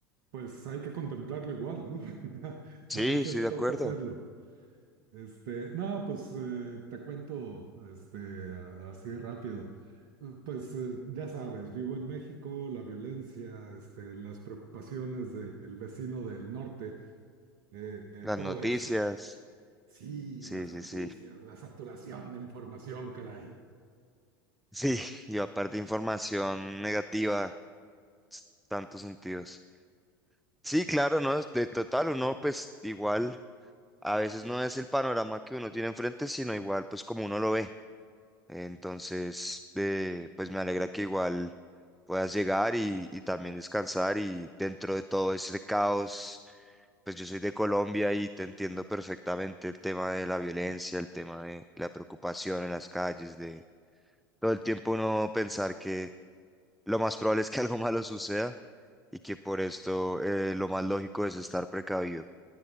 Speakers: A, on the right; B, in the centre.
A: pues hay que contemplarlo igual, ¿no? <laughs>
B: Sí,
A: A veces
B: estoy de
A: toca
B: acuerdo.
A: hacerlo. Este, no, pues eh, te cuento este, a- así rápido. Eh, Pues eh, ya sabes, vivo en México, la violencia, este, las preocupaciones del vecino del norte, eh, eh,
B: Las
A: todo
B: noticias.
A: eso. Sí,
B: Sí,
A: las
B: sí,
A: noticias,
B: sí.
A: la saturación de información, caray.
B: Sí, <laughs> y aparte información negativa, s- tantos sentidos. Sí, claro, ¿no? De total, uno pues igual. a veces no es el panorama que uno tiene enfrente, sino igual pues como uno lo ve. Entonces, eh, pues me alegra que igual puedas llegar y, y también descansar y dentro de todo este caos, pues yo soy de Colombia y te entiendo perfectamente el tema de la violencia, el tema de la preocupación en las calles, de todo el tiempo uno pensar que lo más probable es que <laughs> algo malo suceda y que por esto eh, lo más lógico es estar precavido.